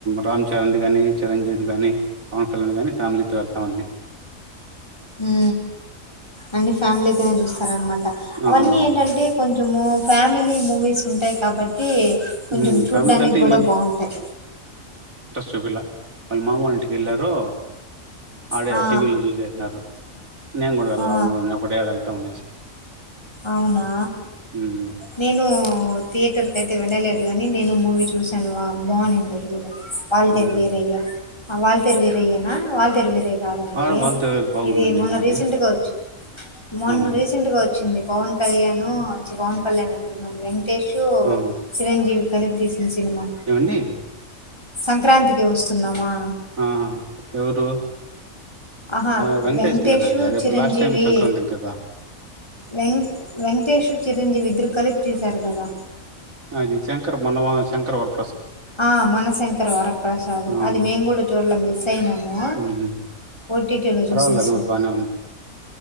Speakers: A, on the right (about 85°); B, on the left (about 20°).
A: రామ్ చరణ్ ది గానీ చిరంజీవ్ ది గానీ పవన్ కళ్యాణ్ గానీ ఫ్యామిలీతో ఎళ్తామండి
B: ఊ అన్ని ఫ్యామిలీతోనే జూస్తారనమాట అవన్నీ
A: అవునవునండి
B: ఏంటంటే కొంచము ఫ్యామలీ మూవీస్ ఉంటాయి కాబట్టి కొంచెం
A: హ్మ్
B: చూడ్డానికి
A: ఫ్యామిలీతో అంటే
B: గూడా
A: ఈ
B: బాగుంటాయి
A: జూపిలా వాళ్ళ మామోళింటికి ఎల్లరో ఆడే
B: ఆ!
A: టీవీ లో జూసేసినరో నే నేన్ గూడా వెల్
B: ఆ!
A: ల నే ఒకటే ఏడ ఎళ్తా అనేసి
B: అవునా
A: హ్మ్.
B: నేను థియేటర్ క అయితే వెళ్ళలేదుగాని నేను మూవీ చూసాను వా బాగునింది అది గూడా వాల్
A: హ్మ్.
B: తెేరు వీరయ్యా వాళ్తర్ వీరయ్యనా వాళ్ళతర్ వీ రై కాదండి
A: ఆడ వాళ్ళతో బాగుందండి
B: ఇది మొన్న
A: మూవీ
B: రీసెంట్ గా ఒచ్చి మొన్న
A: అవునండి.
B: రీసెంట్ గా ఒచ్చింది పవన్ కల్యాణ్ చి పవన్ కళ్యాణంటన్నాను నేను టేషు
A: ఆ!
B: చిరంజీవి కలిపి ఇ సినిమా
A: ఏవండీ?
B: సంక్రాంతికి ఒస్తున్నామా
A: ఆ ఎవరు
B: ఆహా
A: ఆ! వెంకటేష్‌ది
B: వెంకటేేశూ
A: గదా! అది. అదెప్పుడు
B: చిరంజీవి
A: లాస్ట్ టైమ్ సంక్రాంతికి గదా!
B: వెం వెంకటేేష్ చిరంజీవిద్దరు కలిపి తీశారు గదా
A: అది శంకర్ మన్నవా శంకర్ వర్
B: ఆ మనశంకర్ వరప్రసాద్
A: ఆ! హ్మ్.
B: అది మేం గూడా జూల మిస్ అయినాము
A: హ్మ్.
B: ఓటీటీలో
A: పర్వాలేదు
B: జూసేస్నం
A: అది గూడా బానే ఉంది.